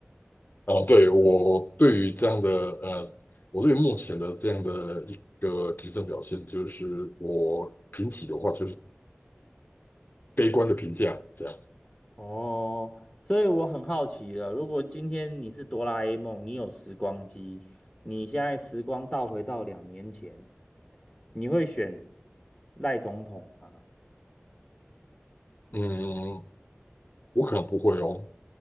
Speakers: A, on the left (about 45°); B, in the centre.
A: 哦，对，我对于这样的呃，我对目前的这样的一个执政表现，就是我评起的话，就是悲观的评价这样。
B: 哦，所以我很好奇了，如果今天你是哆啦 A 梦，你有时光机，你现在时光倒回到两年前，你会选赖总统吗？
A: 嗯，我可能不会哦，